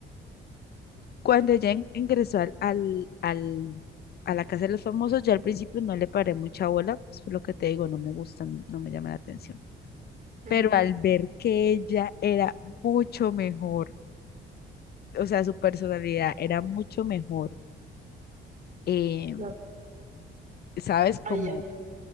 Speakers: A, on the left; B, on the right.
A: Cuando ella in- ingresó al, al, al- a la Casa de los Famosos, yo al principio no le paré mucha bola, pues por lo que te digo, no me gusta, no, no me llama la atención.
B: ujú.
A: Pero al ver que ella era mucho mejor, o sea, su personalidad era mucho mejor eh,
B: Claro.
A: ¿sabes? Como,
B: Ahí ya.